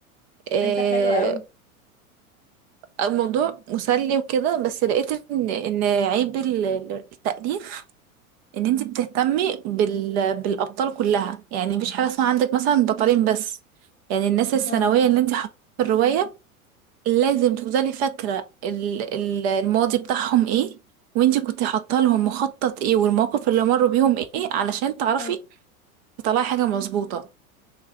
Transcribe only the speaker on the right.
إيه...
الموضوع مسلي وكده بس لقيت ان ان عيب ال- التاليف ان انت بتهتمي بال... بالابطال كلها يعني مفيش حاجه اسمها عندك مثلا بطلين بس يعني الناس الثانويه
اللي انت حطيتها في الروايه لازم تفضلي فاكرة ال- ال- الماضي بتاعهم ايه وانتي كنت حاطه لهم مخطط ايه والمواقف اللي مروا بيهم ايه علشان تعرفي
تطلعي حاجة مظبوطة